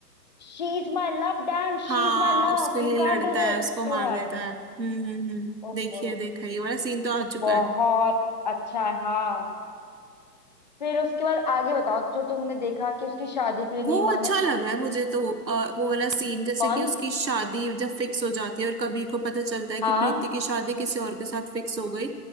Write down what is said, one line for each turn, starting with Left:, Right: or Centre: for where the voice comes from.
Left: she is my love damn
Right: <laughs>
Left: she
Right: हाँ
Left: is my love
Right: उसके लिए
Left: you
Right: लड़ता
Left: can't do this
Right: है उसको मार
Left: to her
Right: देता है हम्म हम्म हम्म
Left: ओहो
Right: देखिए देखा ये वाला सीन तो आ चुका
Left: बहुत
Right: है
Left: अच्छा है हाँ फिर उसके बाद आगे बताओ जो तुमने देखा कि उसकी शादी के लिए
Right: वो
Left: नहीं माने
Right: अच्छा लग रहा है मुझे तो अ, वो वाला सीन जैसे
Left: कौन
Right: कि उसकी शादी जब फिक्स हो जाती है और कबीर को पता चलता है
Left: हाँ
Right: कि प्रीति की शादी किसी और के साथ फिक्स हो गई